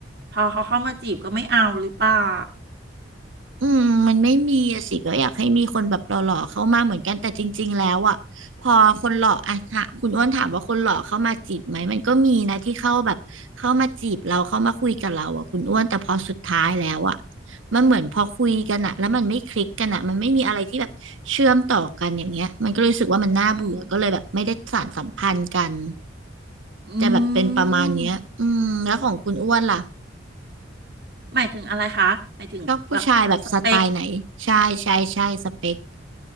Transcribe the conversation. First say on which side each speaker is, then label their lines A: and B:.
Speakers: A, on the right; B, on the right.
A: พอเขาเข้ามาจีบก็ไม่เอาหรือเปล่า
B: อืมมันไม่มีอะสิก็อยากให้มีคนแบบหล่อๆเข้ามาเหมือนกันแต่จริงๆแล้วอ่ะพอคนหล่ออ่ะถ้าคุณอ้วนถามว่าคนหล่อเข้ามาจีบไหมมันก็มีนะที่เข้าแบบเข้ามาจีบเราเข้ามาคุยกับเราอ่ะคุณอ้วนแต่พอสุดท้ายแล้วอ่ะมันเหมือนพอคุยกันอ่ะแล้วมันไม่คลิกกันอ่ะมันไม่มีอะไรที่แบบเชื่อมต่อกันอย่างเงี้ยมันก็เลยรู้สึกว่ามันน่าเบื่อก็เลยแบบไม่ได้สานสัมพันธ์กัน
A: อืมอืม
B: จะแบบเป็นประมาณเนี้ยอืมแล้วของคุณอ้วนล่ะ
A: หมายถึงอะไรคะหมายถึงแบบสเปค
B: ชอบผู้ชายแบบสไตล์ไหนใช่ใช่ใช่สเปค